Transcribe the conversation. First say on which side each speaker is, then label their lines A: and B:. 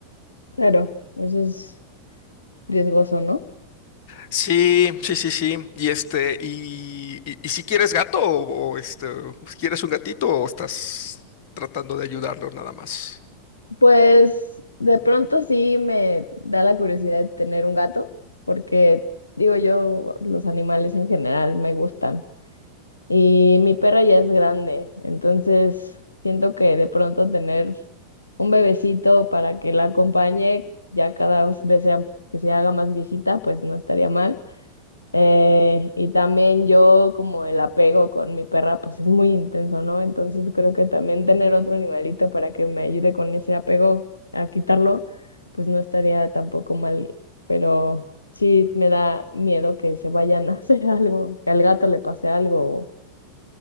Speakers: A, on the left; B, on the left.
A: Claro, eso es riesgoso, ¿no?
B: Sí, sí, sí, sí. Y este, y, y- y si quieres gato o, o, este, si quieres un gatito o estás tratando de ayudarlo nada más.
A: Pues de pronto sí me da la curiosidad de tener un gato, porque digo yo, los animales en general me gustan. Y mi perra ya es grande, entonces siento que de pronto tener un bebecito para que la acompañe ya cada vez sea- que se haga más viejita, pues no estaría mal. Eh, y también yo como el apego con mi perra, pues es muy intenso, ¿no? Entonces creo que también tener otro animalito para que me ayude con ese apego a quitarlo, pues no estaría tampoco mal, pero sí me da miedo que se vayan a <laughs> hacer algo, que al gato le pase algo